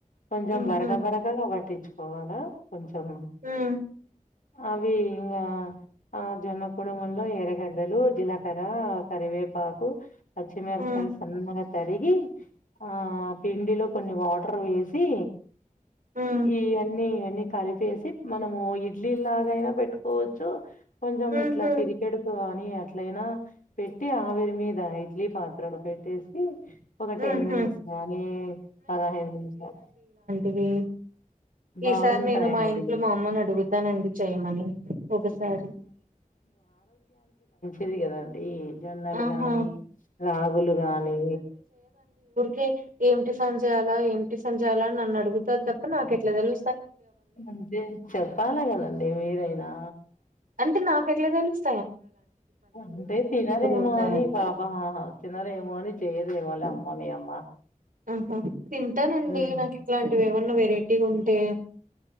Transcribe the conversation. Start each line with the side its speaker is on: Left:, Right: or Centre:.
Left: కొంచెం
Right: ఉహు
Left: బరక బరకగా పట్టించు కోవాలా కొంచం
Right: ఉమ్
Left: అవి ఇంగా ఆ జొన్న కుడుములో ఎరగడ్డలు జీలకర్ర కరివేపాకు పచ్చి మిరపకాయలు
Right: ఉమ్
Left: సన్నగా తరిగి ఆ పిండిలో కొన్ని వాటర్ వేసి
Right: ఉమ్
Left: ఇవన్నీఅన్నీ కలిపేసి మనము ఇ ఇడ్లీ లాగైనా పెట్టుకోవచ్చు కొంచెం
Right: ఉహు
Left: ఇట్లా పిరికెడుతో గాని అట్లయినా పెట్టి ఆవిరి మీద ఇడ్లీ పాత్రలు పెట్టేసి ఒక టెన్
Right: ఉహు
Left: మినిట్స్ గానీ పదహేను నిమిషాలు
Right: ఇది
Left: బాగుంటాయండి.
Right: ఈసారి నేను మా ఇంట్లో మా అమ్మని అడుగుతా దానండి చెయమని ఒకసారి
Left: ఇది కదాండి జొన్నలు
Right: ఆహా
Left: గాని రాగులు గాని
Right: హే ఏమి టిఫన్ చేయాలా ఏమి టిఫన్ చేయాలా అని నన్ను అడుగుతాది తప్ప నాకు ఎట్లా తెలు
Left: అంతే చెప్పాలి కదండి మీరైనా
Right: అంటే నాకెట్లే తెలుస
Left: అంటే తినరేమో
Right: ఉంటాయని
Left: అని పాపహా తన్నరేమో అని చెయదేమో వా అమ్మే మీ అమ్మ
Right: ఆహా తింటానండి
Left: హ్మ్
Right: నాకు ఇట్లాంటివి ఏమన్నా వెరైటీలు ఉంటే